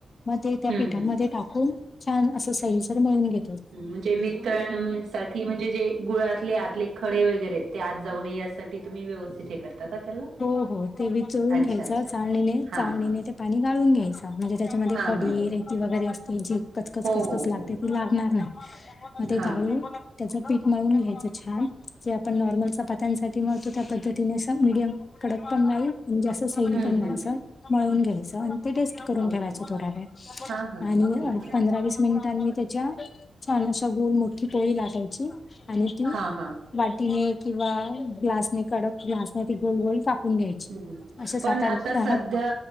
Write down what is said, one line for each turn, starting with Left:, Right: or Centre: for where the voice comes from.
Left: मग ते त्या
Right: हम्म
Left: पिठामध्ये
Right: हम्म
Left: टाकून छान असं सैलसर मळून घे
Right: म्हणजे वितळण साठी म्हणजे जे गुळातले आतले खळे वगैरे आहेत त्या आत जाऊणे यासाठी तुम्ही व्यवस्थित हे करता का त्याला
Left: हो हो ते विचळून
Right: अच्छा
Left: घ्यायचं
Right: अच्छा. हा
Left: चाळणीने
Right: हा
Left: ते पाणी गाळून घ्याय च म्हणजे त्याच्यामध्ये
Right: हा
Left: खडी
Right: हा
Left: रेती वगैरे असते जी कचकच
Right: हो
Left: कचकच
Right: हो
Left: लागते
Right: हो
Left: ती लागणार नाही. मग ते
Right: हा
Left: गाळुन
Right: हा
Left: त्याचं पीट मळून घ्यायचं छान जे आपण नॉर्मल चपात्यांसाठी मळतो त्या पद्धतीने असं मिडियम कडक पण नाही म्हणजे अस सैल
Right: हम्म
Left: पण नाही
Right: हम्म
Left: असं
Right: हम्म
Left: मळून घ्यायचं आणि ते से ट करून
Right: ओके
Left: ठेवायची थोडा वेळ
Right: हा हा
Left: आणि
Right: हा ठीक आहे
Left: पंधरा वीस मिनिटांनी त्या च्या छान अशा गोल मोठी पोळी लाटायची, आणि ती
Right: हा हा
Left: वाटीने किंवा ग्लासने कडक ग्लासने ते गोल गोल कापून घ्यायची.
Right: ह ह
Left: अशा सात
Right: पण
Left: आठ
Right: आता
Left: दहा
Right: सध्या